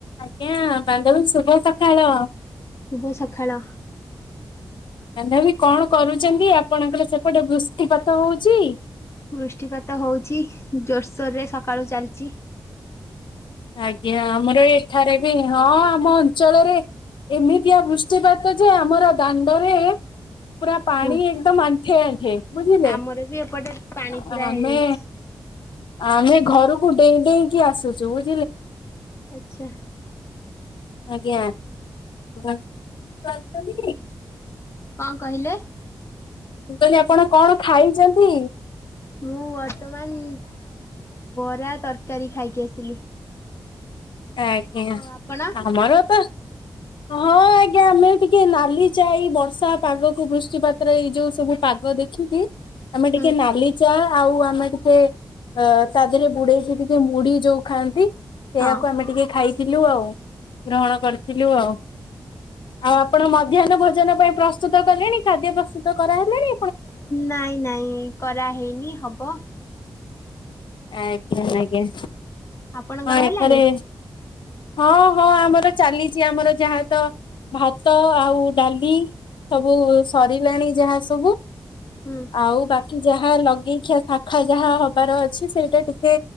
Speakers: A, on the left (about 75°); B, on the left (about 35°).
A: ଆଜ୍ଞା ବାନ୍ଧବୀ ଶୁଭ ସଖାଳ।
B: ଶୁଭ ସଖାଳ।
A: ବାନ୍ଧବୀ କଣ କରୁଚନ୍ତି ଆପଣଙ୍କର ସେପଟେ ବୃଷ୍ଟିପାତ ହୋଉଚି?
B: ବୃଷ୍ଟିପାତ ହଉଚି ଜୋର ସୋରରେ ସକାଳୁ ଚାଲଚି।
A: ଆଜ୍ଞା ଆମର ଏଠାରେ ବି ହଁ ଆମ ଅଞ୍ଚଳରେ ଏମିତିଆ ବୃଷ୍ଟିପାତ ଯେ ଆମର ଦାଣ୍ଡରେ ପୁରା ପାଣି
B: ହୁଁ।
A: ଏକଦମ୍ ଆଣ୍ଠିଏ ଆଣ୍ଠିଏ ବୁଝିଲେ
B: ଆମର ବି ଏପଟେ ପାଣି
A: ଆ
B: ପୁରା
A: ଆମେ
B: ହେଇଯାଇଛି <unintelligible>
A: ଆମେ ଘରୁକୁ ଡେଇଁ ଡେଇଁକି ଆସୁଚୁ ବୁ
B: ଆଚ୍ଛା।
A: ଆଜ୍ଞା କୁହଁ।
B: କଁ କହିଲେ?
A: ମୁଁ କହିଲି ଆପଣ କଣ ଖାଇଚନ୍ତି?
B: ମୁଁ ବର୍ତ୍ତମାନ ବରା ତରକାରୀ ଖାଇକି ଆସିଲି।
A: ଆଜ୍ଞା
B: ଆଉ ଆପଣ
A: ଆମର ତ
B: <unintelligible>
A: ହଁ ଆଜ୍ଞା ଆମେ ଟିକେ ନାଲି ଚା ଏଇ ବର୍ଷା ପାଗକୁ ବୃଷ୍ଟି ପାତର ଏଇ ଯୋଉ ସବୁ ପାଗ ଦେଖିକି ଆମେ
B: ହୁଁ
A: ଟିକେ ନାଲି ଚା ଆଉ ଆମେ ଟିକେ ଅ ତା ଧେରେ ବୁଡ଼େଇକି ଟିକେ ମୁଢ଼ି ଯୋଉ ଖାଆନ୍ତି ସେଇଆକୁ
B: ହଁ।
A: ଆମେ ଟିକେ ଖାଇଥିଲୁ ଆଉ ଗ୍ରହଣ କରିଥିଲୁ ଆଉ। ଆଉ ଆପଣ ମଧ୍ୟାହ୍ନ ଭୋଜନ ପାଇଁ ପ୍ରସ୍ତୁତ କଲେଣି ଖାଦ୍ୟ ପ୍ରସ୍ତୁତ କରାହେଲେଣି?
B: ନାଇଁ ନାଇଁ କରାହେଇନି ହବ।
A: ଆଜ୍ଞା ଆଜ୍ଞା।
B: ଆପଣଙ୍କର
A: ହଁ
B: ହେଲାଣି?
A: ଏଠାରେ ହଁ ହଁ ଆମର ଚାଲିଚି ଆମର ଯାହା ତ ଭାତ ଆଉ ଡାଲି ସବୁ ସରିଲାଣି ଯାହା ସବୁ।
B: ହୁଁ
A: ଆଉ ବାକି ଯାହା ଲଗ ଗେଇଖିଆ ଶାଖା ଯାହା ହବାର ଅଛି ସେଇଟା ଟିକେ